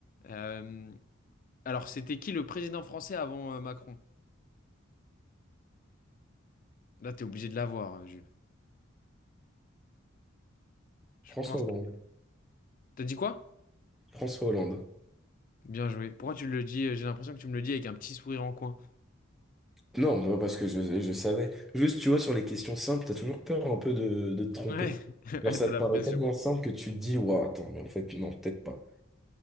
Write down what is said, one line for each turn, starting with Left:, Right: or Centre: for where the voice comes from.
Left: Euh, alors, c'était qui le président français avant euh, Macron? Là, t'es obligé de l'avoir, hein, Jules. Je
Centre: François
Left: pense.
Centre: Hollande.
Left: que- T'as dit quoi?
Centre: François Hollande.
Left: Bien joué. Pourquoi tu le dis? euh, J'ai l'impression que tu me le dis avec un petit sourire en coin.
Centre: Non, bah, parce que je, je savais. Juste, tu vois, sur les questions simples, t'as toujours peur un peu de, de te tromper.
Left: Ouais, <laughs> ouais,
Centre: Genre, ça
Left: t'as
Centre: te
Left: la
Centre: paraît
Left: pression.
Centre: tellement simple que tu te dis, ouah, attends, mais en fait, non, peut-être pas.